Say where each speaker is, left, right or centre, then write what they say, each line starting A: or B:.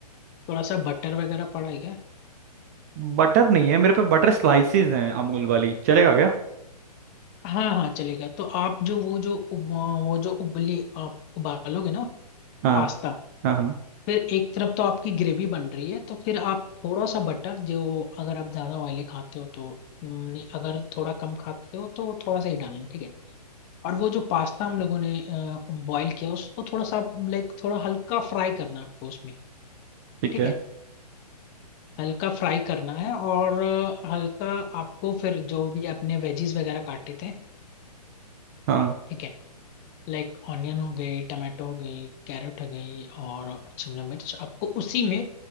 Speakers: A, on the left; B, on the right.
A: थोड़ा सा बटर वगैरह पड़ा है क्या
B: बटर नहीं है मेरे पे बटर स्लाइसेस हैं अमूल वाली चलेगा क्या
A: हाँ हाँ चलेगा तो आप जो वो जो उब- वो जो उबली आप उबालोगे ना
B: हाँ
A: पास्ता
B: हाँ हाँ
A: फिर एक तरफ तो आपकी ग्रेवी बन रही है तो फिर आप थोड़ा सा बटर जो अगर आप ज्यादा ऑयली खाते हो तो नहीं अगर थोड़ा कम खाते हो तो थोड़ा सा ही डालना ठीक है और वो जो पास्ता हम लोगों ने बॉईल किया उसको थोड़ा सा लाइक थोड़ा हल्का फ्राई करना है आपको उसमें
B: ठीक
A: ठीक
B: है
A: है हल्का फ्राई करना है और अ, हल्का आपको फिर जो भी आपने वेजीज वगैरह काटे थे
B: हाँ
A: ठीक है लाइक ऑनियन हो गई टमाटो हो गई कैरेट हो गई और शिमला मिर्च आपको उसी में